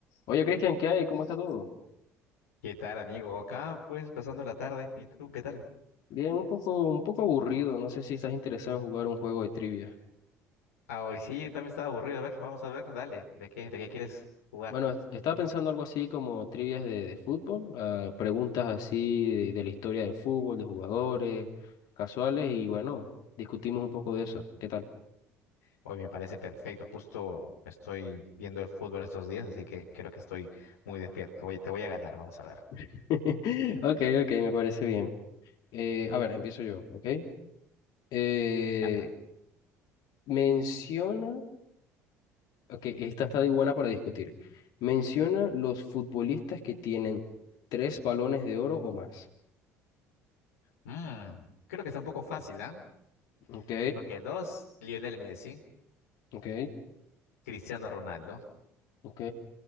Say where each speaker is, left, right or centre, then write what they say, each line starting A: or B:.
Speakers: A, on the left (about 55°); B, on the left (about 75°).
A: Oye, Cristian, ¿qué hay? ¿Cómo está todo?
B: ¿Qué tal, amigo? Acá, pues, pasando la tarde. ¿Y tú, qué tal?
A: Bien, un poco, un poco aburrido. No sé si estás interesado en jugar un juego de trivia.
B: Ah, hoy sí, también estaba aburrido. A ver, vamos a ver, dale. ¿De qué, de qué quieres jugar?
A: Bueno, est- estaba pensando algo así como trivias de, de fútbol, ah, preguntas así de, de la historia del fútbol, de jugadores, casuales, y bueno, discutimos un poco de eso. ¿Qué tal?
B: Hoy me parece perfecto. Justo estoy viendo el fútbol estos días, así que creo que estoy muy despierto. Voy- te voy a ganar, vamos a ver.
A: <laughs> Ok, ok, me parece bien. Eh, a ver, empiezo yo, ¿ok? Eh,
B: A ver.
A: menciona, ok, esta está de buena para discutir. Menciona los futbolistas que tienen tres balones de oro o más.
B: Mm, creo que está un poco fácil, ¿ah?
A: Ok,
B: Porque dos, Lionel Messi,
A: ok,
B: Cristiano Ronaldo.
A: ok.